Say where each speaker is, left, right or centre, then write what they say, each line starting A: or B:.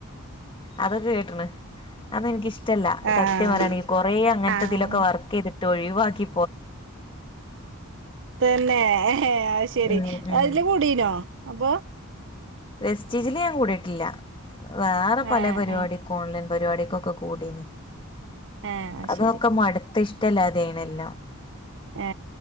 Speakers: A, on the left; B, on the right.
A: അതൊക്കെ കേട്ടണ് അന്ന് എനക്ക് ഇഷ്ടല്ല
B: ആഹ്
A: സത്യം പറയാണെങ്കഈ കൊറേ അങ്ങനത്തെ
B: ആഹ്
A: ഇതിലൊക്കെ വർക്ക് ചെയ്തിട്ട് തൊഴിവാക്കി
B: തന്നെ ശെരി
A: ഉം ഉം
B: അതില് കൂടീനോ അബ
A: വെസ്റ്റീജില് ഞാൻ കൂടിയിട്ടില്ല വേറെ പല
B: ആഹ്
A: പരിപാടി
B: ആഹ്
A: കോൺല പരിപാടിക്കൊക്കെ കൂടീന്
B: ആഹ് അത്
A: അതൊക്കെ
B: ശരി
A: മടത്ത് ഇഷ ഇല്ലാതെയണെല്ലാം
B: ആ